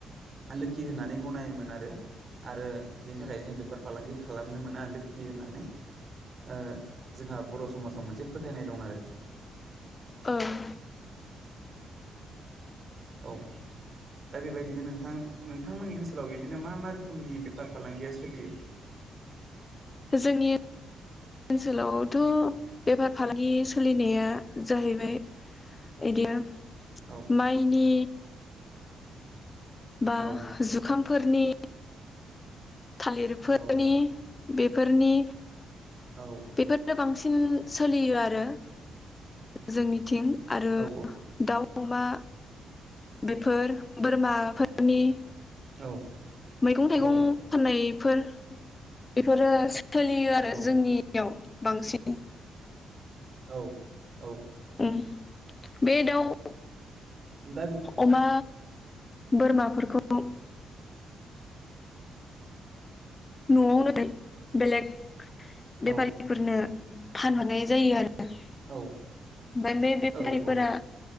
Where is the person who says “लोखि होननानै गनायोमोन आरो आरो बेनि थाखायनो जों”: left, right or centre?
Right